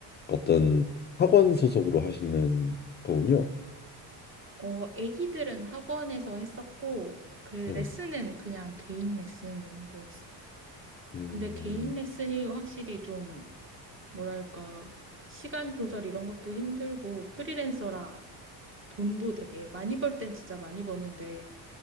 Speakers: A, on the left; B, on the right.
A: 어떤 학원 소속으로 하시는 거군요.
B: 어, 애기들은 학원에서 했었고 그 레슨은
A: 네.
B: 그냥 개인 레슨 이런 거였어요.
A: 음,
B: 근데 개인 레슨이 확실히 좀 뭐랄까 시간 조절 이런 것도 힘들고 프리랜서라 돈도 되게 많이 벌 땐 진짜 많이 버는데